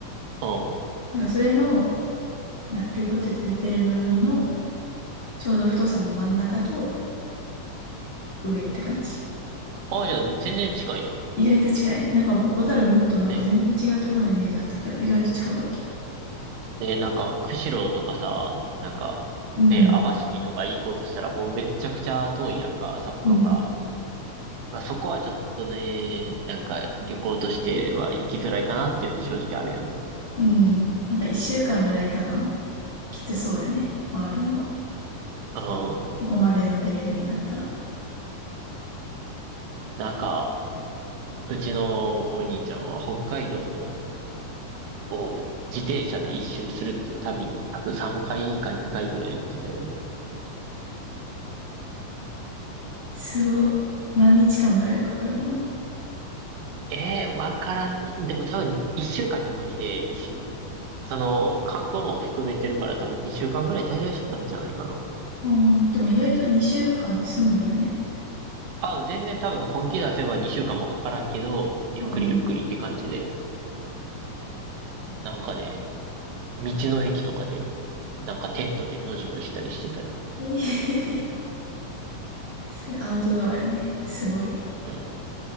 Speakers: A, on the right; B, on the left.
A: うん。
B: なんかそれの、なんかピポって出てる部分のちょうど太さの真ん中と上って感じ。
A: あ、じゃあ、全然近いやん。
B: 意外と近い。なんか、ホタルもっとなんか全然違うとこのイメージあったけど、
A: ね。
B: 意外と近かった。
A: ね、なんか、釧路とかさ、なんか、
B: うん。
A: ね、網走とか行こうとしたらもうめっちゃくちゃ遠いやんか、札幌から。
B: うん。
A: まあ、そこはちょっとね、なんか、旅行としては行きづらいかなっていうの正直あるよね。
B: うん。なんか一週間ぐらいかな。きつそうやね。回るのが。
A: うん。
B: そこまでのレベルになったら。
A: なんか、うちのお兄ちゃんは北海道の、を自転車で一周するっていう旅に多分3回か2回ぐらい行ってたよ。
B: すごい。何日間ぐらいかかるの
A: ええー、わからんな。でも多分1週間じゃ無理で、2その、観光も含めてるから多分2週間ぐらい滞在してたんじゃないかな。
B: あーでも意外と2週間で済むんやね。
A: あ、全然多分本気出せば2週間もかからんけど、ゆっくりゆっくりって感じで、
B: うん。
A: なんかね、道の駅とかで、なんかテントで野宿したりしてたよ。
B: ええー <laughs> すアウトドアやね。すごい。
A: うん。